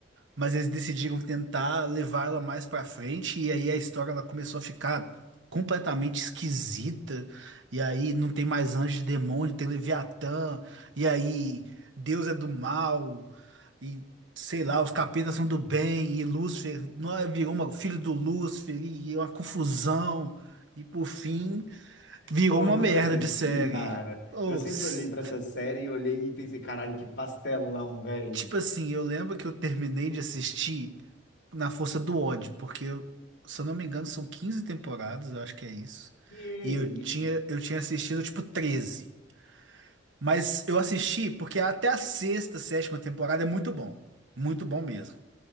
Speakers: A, on the right; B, on the left.
A: mas eles decidiram tentar levar ela mais pra frente e aí a história ela começou a ficar completamente esquisita. E aí não tem mais anjo e demônio, tem Leviatã, e aí Deus é do mal e sei lá, os capetas são do bem e Lúcifer não é, virou uma filho do Lúcifer e, e uma confusão. E por fim, virou
B: Eu
A: uma
B: nunca
A: merda
B: assisti,
A: de série.
B: cara.
A: Ou,
B: Eu sempre
A: s-
B: olhei pra essa série e olhei e pensei, caralho, que pastelão, velho.
A: tipo assim, eu lembro que eu terminei de assistir na força do ódio, porque eu- se eu não me engano são 15 temporadas, eu acho que é isso.
B: Que
A: E
B: isso,
A: eu tinha eu tinha assistido tipo treze Mas eu assisti porque até a sexta, sétima temporada é muito bom. Muito bom mesmo.